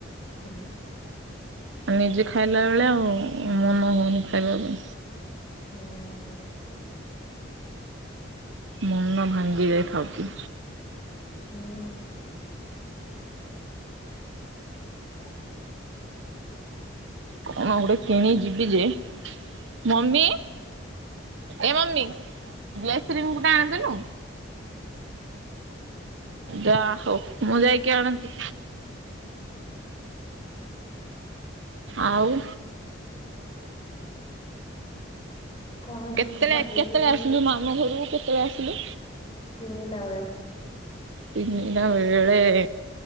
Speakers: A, on the left (about 30°); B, on the right (about 65°).
A: ହୁଁ
B: ନିଜେ ଖାଇଲା ବେଳେ ଆଉ ମନ ହୋଉନି ଖାଇବାକୁ।
A: ହୁଁଉ।
B: ମନ ଭାଙ୍ଗି ଯାଇଥାଉଚି।
A: ହୁଁ। <unintelligible>
B: କଣ ଗୋଟେ କିଣି ଯିବି ଯେ ମମି ଏ ମମି ଗ୍ଳେଶରିଂ ଗୁଟା ଆଣିଦେଲୁ? ଯାହୋଉ ମୁଁ ଯାଇକି ଆଣୁଚି ଆଉ।
A: କଣ
B: କେତେବେଳେ
A: କୁହ ଦିଦି
B: କେତେବେଳେ ଆସିଲୁ ମାମୁଁ ଘରକୁ କେତେବେଳେ ଆସିଲୁ
A: ତିନିଟା ବେଳେ।
B: ତିନିଟା ବେଳେ।